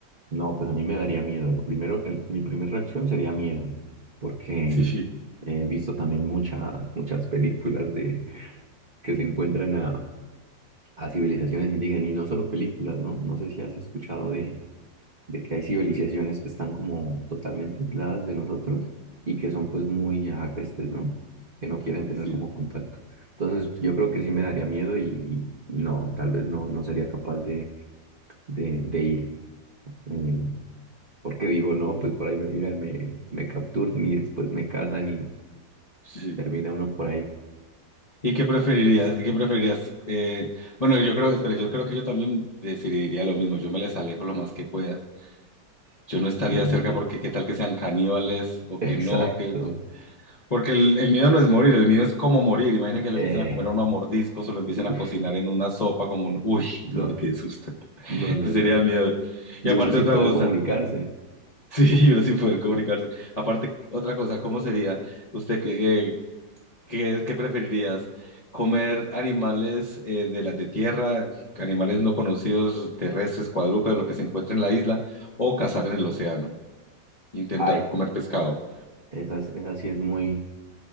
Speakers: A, on the right; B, on the left.
A: no, pues a mí me daría miedo. Lo primero, el- mi primera reacción sería miedo, porque
B: Sí,
A: he visto también muchas muchas películas de que se encuentran a, a civilizaciones indígenas y no solo películas, ¿no? No sé si has escuchado de, de que hay civilizaciones que están como totalmente aisladas de nosotros y que son pues muy agrestes, ¿no? Que no quieren tener
B: Sí,
A: como contacto. Entonces yo creo
B: sí,
A: que sí me daría miedo y no, tal vez no, no sería capaz de, de, de ir. Eh, porque digo, no, pues por ahí me miran, me, me capturan y después me casan y
B: sí.
A: termina uno por ahí.
B: ¿Y qué preferirías? ¿Y qué preferirías? Eh, bueno, yo creo, espera, yo creo que yo también decidiría lo mismo. Yo me les alejo lo más que pueda. Yo no estaría
A: Y,
B: cerca porque qué tal que sean caníbales o
A: <laughs> exacto.
B: que no, que... Porque el, el miedo no es morir, el miedo es cómo morir. Imagina que lo
A: Eh,
B: empiecen a comer a uno a mordiscos o lo empiecen
A: uf,
B: a cocinar en una sopa como un... Uy,
A: no,
B: <laughs> no, qué susto. <laughs>
A: no, no,
B: Sería
A: no. no.
B: miedo.
A: Y
B: Y aparte
A: uno sin
B: otra
A: poder
B: cosa,
A: comunicarse.
B: <laughs> sí, uno sin poder comunicarse. Aparte otra cosa, ¿cómo sería usted que, eh, ¿Qué, qué preferirías? ¿Comer animales eh, de las de tierra, animales no conocidos, terrestres, cuadrúpedos, lo que se encuentra en la isla, o cazar en el océano? Intentar
A: Ay,
B: comer pescado.
A: esa, es- esa sí es muy,